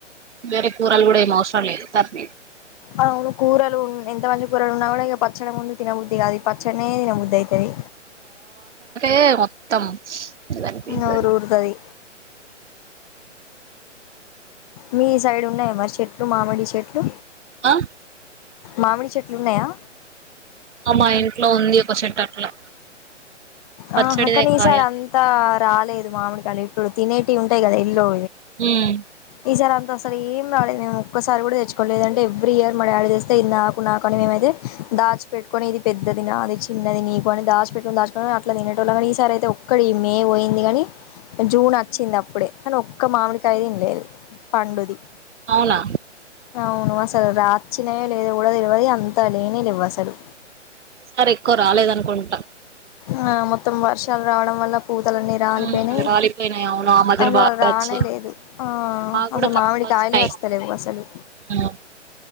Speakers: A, on the right; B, on the left.
A: వేర కూూరాలు కూడాడ మోసం లేదు తరణదు
B: అవును కూరలు ఎంత మంచి కూరలు ఉన్నా కూడా ఇక పచ్చడి ముందు తినబుద్ధది కాదు పచ్చనే తినబుద్ధి అవుతుది
A: ఏ మొత్తం ఎలాపితు
B: నోరు ఊరుతది మీ సైడ్ ఉన్నాయ మరి చెట్లు మామిడి చెట్లు
A: ఆ
B: మామిడి చెట్లు ఇన్నాయా
A: మా ఇంట్లో ఉంది ఒక సెట్ అట్లా పచ్చడిదే
B: ఆ అక్క న ఈసారి
A: కాయ
B: అంతా రాలేదు మామిడిగాళ్ళ ఇప్పుడు తినే ంటాయి కదా ఇల్లు
A: ఉమ్
B: ఈసరా అసలు ఏం రాలేదు మేము ఒక్కసారి కూడా తెచ్చుకో లేదంటే ఎవ్రీ ఇయర్ మరి యాడ్ చేస్తే ఇది నాకు నాకని మేమైతే దాచి పెట్టుకొని ఇది పెద్దది నా అది చిన్నది నీకు అని దాచు పెట్టుని దాచుకునిని అట్లా తినేట వాళ్ళ కానీ ఈసారి అయితే ఒక్కడ ఈ మే పోయింది కాని జూన్ వచ్చింది అప్పుడే కానీ ఒక్క మామిడికాయ తినలేదు పండుది
A: అవునా
B: అవునుమా సరే రాచి చ్చినయో లేదా కూడా తెలివది అంతా లేనిని ఇవ్వసడు
A: ఈసారి ఎక్కువ రాలేద అనుకుంటా
B: ఆ మొత్తం వర్షాలు రావడం వల్ల పూతలన్నీ రాలిపోయినాయి
A: ఉమ్ రాలిపోయినాయి అవును ఆ మధ్యన
B: అసలు
A: బాగా
B: రానేలేదు
A: వచ్చాయి మాకు
B: అసలు
A: కూడా తక్కువ
B: మామిడి
A: వచ్చినాయి
B: కాయలే వస్తలేవు అసలు
A: ఉమ్